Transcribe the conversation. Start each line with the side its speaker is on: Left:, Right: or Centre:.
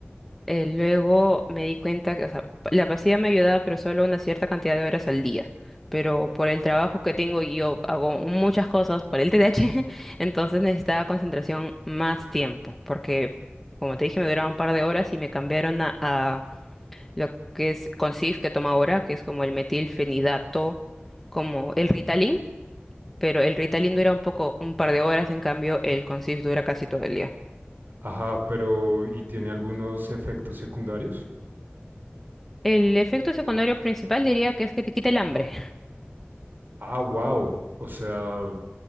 Centre: Eh, luego me di cuenta que, o sea, la pasilla me ayudaba, pero solo una cierta cantidad de horas al día. Pero por el trabajo que tengo y yo hago muchas cosas por el TDAH, <laughs> entonces necesitaba concentración más tiempo, porque como te dije, me duraba un par de horas y me cambiaron a, a lo que es Concif, que toma ahora, que es como el metilfenidato, como el Ritalin, pero el Ritalin dura un poco, un par de horas, en cambio el Concif dura casi todo el día.
Right: Ajá, pero, ¿y tiene algunos efectos secundarios?
Centre: El efecto secundario principal diría que es que te quita el hambre.
Right: Ah, wow, o sea,